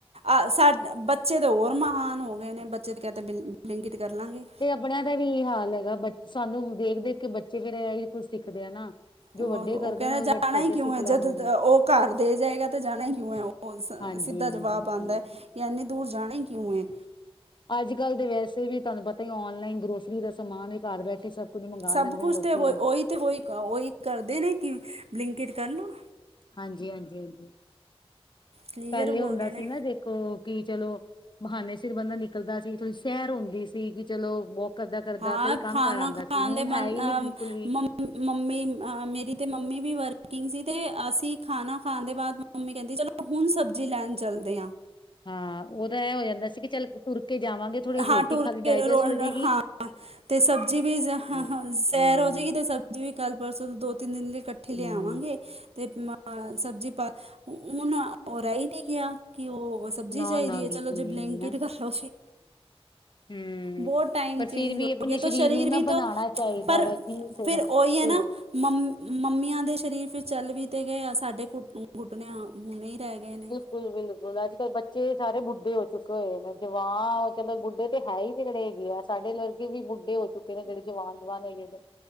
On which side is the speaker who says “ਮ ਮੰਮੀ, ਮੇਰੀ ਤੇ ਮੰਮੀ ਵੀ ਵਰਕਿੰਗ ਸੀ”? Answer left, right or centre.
Right